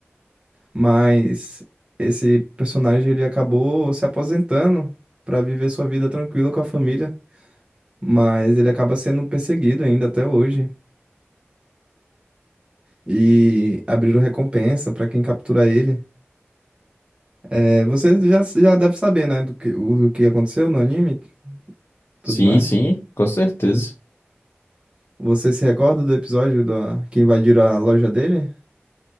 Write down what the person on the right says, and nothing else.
Mas esse personagem ele acabou se aposentando para viver sua vida tranquila com a família. Mas ele acaba sendo perseguido ainda até hoje. E abriram recompensa para quem capturar ele. É, você já, já deve saber, né, do que, o, do que aconteceu no anime, tudo
mais.
Você se recorda do episódio da... que invadiram a loja dele?